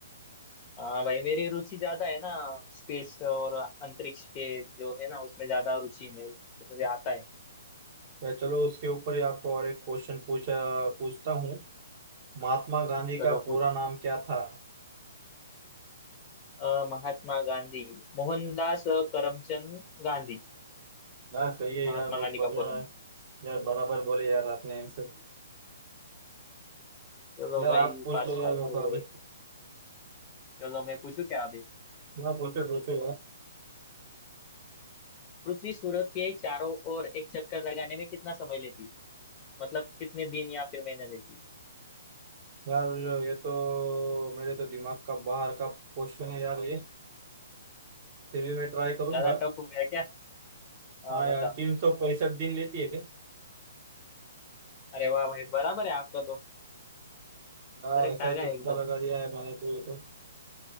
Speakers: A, on the left (about 25°); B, on the right (about 35°).
A: हाँ भाई मेरी रुचि ज्यादा है ना स्पेस और अंतरिक्ष के जो है ना उसमें ज्यादा रुचि है मेरी तो मुझे आता है
B: यार चलो उसके ऊपर ही आपको और एक क्वेश्चन पूछा पूछता हूँ महात्मा गांधी
A: चलो
B: का पूरा
A: पूछो पूछो
B: नाम क्या था
A: अ, महात्मा गांधी मोहनदास करमचंद गांधी
B: यार सही है
A: महात्मा
B: यार बहुत
A: गांधी
B: बढ़िया
A: का पूरा नाम
B: है यार बराबर बोले यार आपने आंसर
A: चलो
B: यार
A: भाई
B: आप पूछ
A: पास
B: लो यार
A: पास
B: मेरे को
A: हो गए
B: अभी
A: चलो मैं पूछू क्या अभी
B: हाँ पूछो पूछो
A: पृथ्वी सूरज के चारों ओर एक चक्कर लगाने में कितना समय लेती है मतलब कितने दिन या फिर महीने लेती है
B: यार यार ये तो मेरे तो दिमाग का बाहर का क्वेश्चन है यार ये फिर भी मैं ट्राई करूंगा
A: ज्यादा टफ हो गया क्या अ,
B: हाँ यार
A: बताओ
B: तीन सौ पैंसठ दिन लेती है क्या
A: अरे वाह भाई बराबर है आपका तो
B: यार
A: करेक्ट
B: ऐसा
A: आ
B: ही
A: गया
B: तुक्का
A: एकदम
B: लगा दिया है मैंने तो ये तो